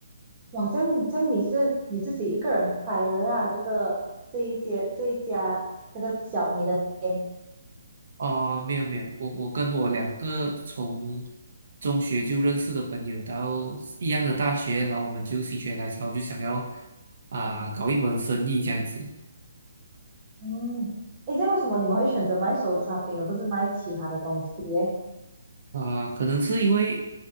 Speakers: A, on the right; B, on the right.
A: 哇，这样这样你是你自己一个人开的啊？这个这一间这一家这个小你的店，
B: 啊，没有没有，我我跟我两个从中学就认识的朋友到一样的大学，然后我们就心血来潮就想要啊、搞一门生意这样子
A: 嗯，诶，这样为什么你们会选择卖手抓饼而不是卖其他的东西耶？
B: 啊、可能是因为